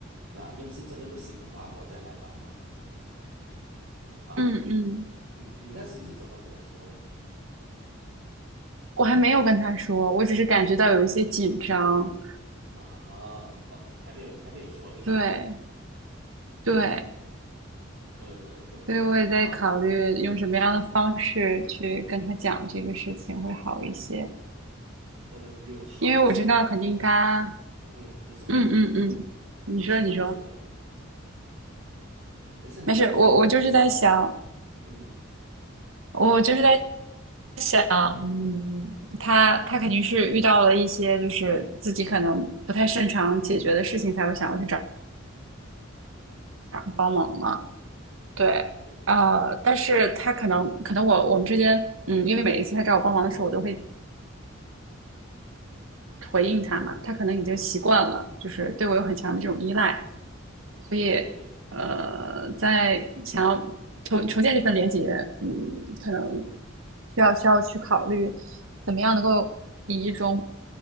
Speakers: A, on the right; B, on the right.
A: 啊，要是真的不行的话，我再来帮忙啊。
B: 嗯嗯，
A: 你你那时是怎么跟他说呢？
B: 我还没有跟他说，我只是感觉到有一些紧张。
A: 啊，OK，还没有还没有说对吧？
B: 对对，
A: 嗯，可能的话有好
B: 所以我也在考虑用什么样的方式去跟他讲这个事情会好一些，
A: 呃有好几种做法，
B: 因为我知道肯定他，
A: 嗯，你说，
B: 嗯嗯嗯，
A: 你你先说，
B: 你说你说。
A: 你先说。没没事，你先说完你的情况。
B: 没事，我我就是在想，
A: 嗯
B: 我就是在想，嗯，他他肯定是遇到了一些就是自己可能不太擅长解决的事情，才会想要去找找人帮忙嘛。
A: 嗯，
B: 对，
A: 对
B: 呃，但是他可能可能我我们之间，嗯，因为每一次他找我帮忙的时候，我都会回应他嘛，他可能已经习惯了，就是对我有很强的这种依赖，所以
A: 对，
B: 呃，在想要重重建这份连接，嗯，可能需要需要去考虑怎么样能够以一种